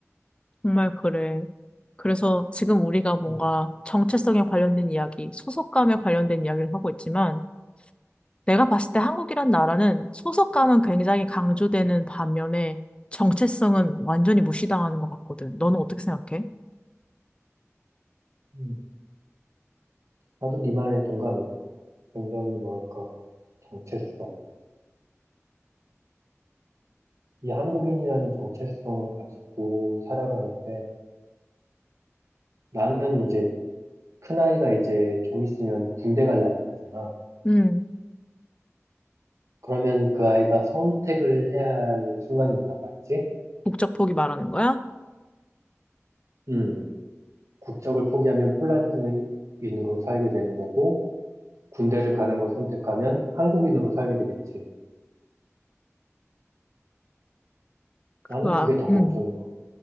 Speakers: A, on the left; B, on the right.
A: 정말 그래. 그래서 지금 우리가 뭔가
B: 음,
A: 정체성에 관련된 이야기, 소속감에 관련된 이야기를 하고 있지만 내가 봤을 때 한국이란 나라는 소속감은 굉장히 강조되는 반면에 정체성은 완전히 무시당하는 것 같거든. 너는 어떻게 생각해?
B: 음. 나도 네 말에 동감이야. 굉장히 뭐랄까 정체성. 이 한국인이라는 정체성을 가지고 살아가는데 나는 이제 큰 아이가 이제 좀 있으면 군대 갈 나이가 되잖아.
A: 음,
B: 그러면 그 아이가 선택을 해야 할 순간이 온단 말이지.
A: 국적 포기 말하는 거야?
B: 음. 국적을 포기하면 폴란드인으로 살게 되는 거고, 군대를 가는 걸 선택하면 한국인으로 살게 되겠지.
A: 그,
B: 나는
A: 아,
B: 그게 더 걱정인
A: 음,
B: 거.